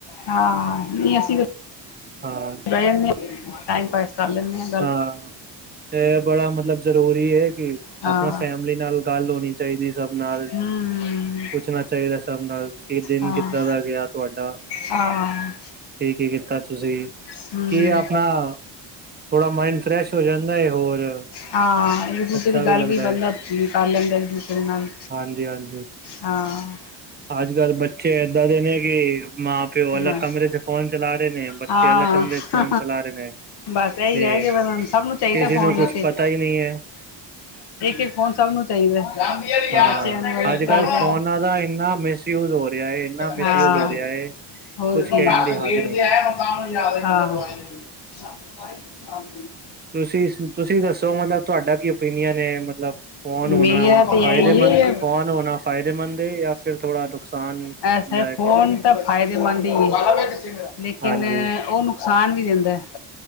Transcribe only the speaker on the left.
ਹਾਂ ਨਹੀਂ ਅਸੀਂ
ਬਹਿ ਟਾਈਮ ਪਾਸ ਕਰ ਲੇਦੇ ਨੇ।
ਹਾਂ
ਹੂੰ
ਹਾਂ
ਹਾਂ।
ਹਮ
ਹਾਂ, ਇੱਕ ਦੂਜੇ
ਦੀ ਗੱਲ
ਵੀ ਬੰਦਾ
ਕਰ ਲੈਂਦਾ, ਇੱਕ ਦੂਸਰੇ ਦੇ ਨਾਲ।
ਹਾਂ।
ਬਸ
ਹਾਂ
ਬਸ ਇਹੀ
ਰਹਿ ਗ। ਸਭ ਨੂੰ ਚਾਹੀਦਾ
ਫੋਨ,
ਵਿੱਚ ਇੱਕ,
ਇੱਕ ਫੋਨ ਸਭ ਨੂੰ ਸਹੀ ਐ। ਬੱਚਿਆ
ਨੁੰ ਅਲਗ
ਚਾਹੀਦਾ
ਹੈ।
ਹਾ, ਨਾਲ
ਦੇ
ਗੇਟ
ਦੇ ਆਇਆ। ਹਾਂ, ਆਹੋ, ਆਹੋ।
ਮੇਰਾ
ਤੇ
ਇਹੀ ਹੈ
ਐਸਾ ਹੈ
ਫ਼ੋਨ
ਤਾਂ ਫਾਇਦੇਮੰਦ ਹੀ ਹੈ। ਲੇਕਿਨ
ਉਹ ਨੁਕਸਾਨ ਵੀ ਦਿੰਦਾ।